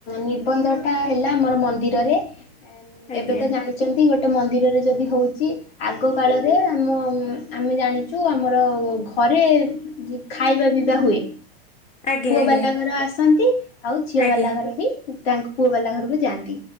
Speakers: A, on the left; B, on the left.
A: ନିର୍ବନ୍ଧ ଟା ହେଲା ଆମର ମନ୍ଦିରରେ।
B: ଆଜ୍ଞା
A: ଏବେ ତ ଜାଣିଛନ୍ତି ଗୋଟେ ମନ୍ଦିରରେ ଯଦି ହଉଛି। ଆଗ କାଳରେ ଆମ ଆମେ ଜାଣିଛୁ ଆମର ଘରେ। ଖାଇବା ପିଇବା ହୁଏ
B: ଆଜ୍ଞା
A: ପୁଅ
B: ଆଜ୍ଞା।
A: ବାଲା ଘର ଆସନ୍ତି ଆଉ ଝିଅ
B: ଆଜ୍ଞା
A: ବାଲା ଘର ବି। ତାଙ୍କ ପୁଅ ବାଲା ଘରକୁ ଯାଆନ୍ତି